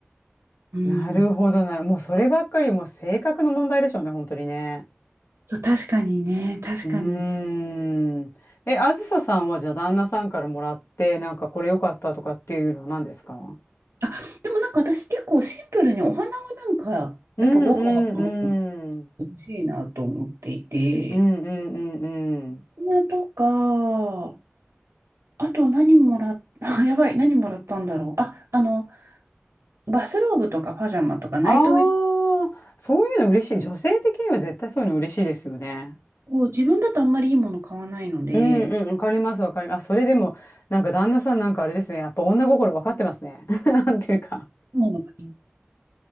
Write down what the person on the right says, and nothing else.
うん。
そう、確かにね、確かに。
あ、でもなんか私結構シンプルにお花はなんか、
やっぱ豪華なのが欲しいなと思っていて、
お花とか、あと何もらっ、<laughs> あ、やばい、何もらったんだろう。あ、あの、バスローブとかパジャマとかナイトウェア
を自分だとあんまりいいもの買わないので、
そうなのかな。